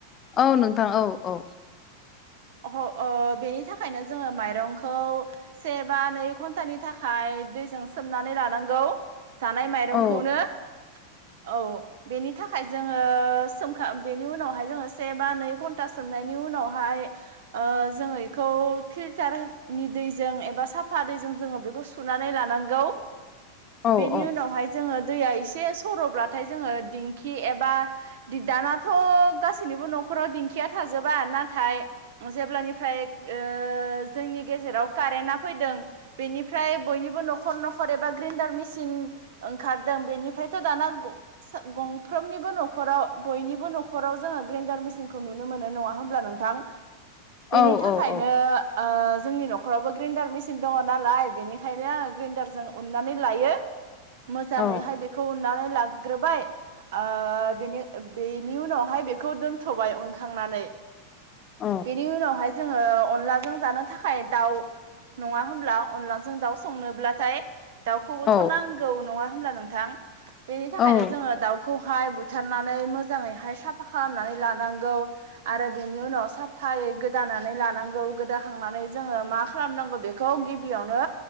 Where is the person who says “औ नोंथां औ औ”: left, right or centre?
Left